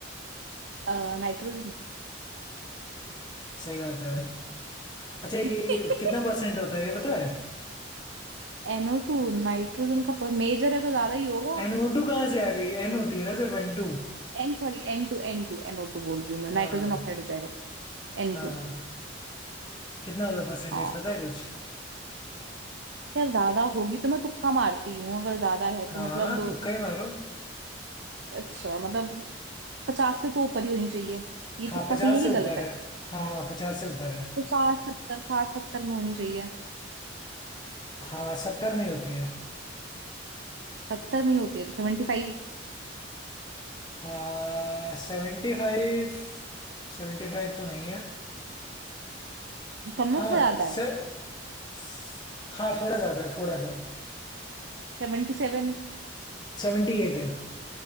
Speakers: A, on the right (about 70°); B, on the left (about 20°).
A: अ, नाइट्रोजन
B: सही बात है भाई अच्छा ये
A: <laughs>
B: कितना परसेंट होता है ये पता है
A: एनओ टू नाइट्रोजन <laughs> का मेजर है तो ज्यादा ही होगा
B: एनओ टू कहाँ से आ गई एन होती है ना सिर्फ एन टू
A: एन सॉरी N two N two NO two बोल रही हूँ मैं
B: हाँ
A: नाइट्रोजन ऑक्साइड हो जाएगा N
B: हाँ
A: to
B: कितना होता है परसेंटेज
A: हाँ
B: पता है कुछ
A: यार ज्यादा होगी तो मैं तुक्का मारती हूँ अगर ज्यादा है
B: हाँ
A: तो मतलब
B: तुक्का ही मारो
A: अच्छा मतलब पचास से तो ऊपर ही होनी चाहिए ये
B: हाँ
A: तुक्का
B: पचास
A: सही है कि
B: से ऊपर
A: गलत है
B: है हाँ पचास से ऊपर है
A: तो साठ सत्तर साठ सत्तर में होनी चाहिए
B: हाँ सत्तर में ही होती है
A: सत्तर में ही होती है तो सेवेंटी फाइव
B: आ, सेवेंटी फाइव सेवेंटी फाइव तो नहीं है
A: कम
B: हाँ
A: में से ज्यादा
B: से,
A: है
B: स- हाँ थोड़ा ज्यादा है थोड़ा सा
A: सेवेंटी सेवन
B: सेवेंटी एट है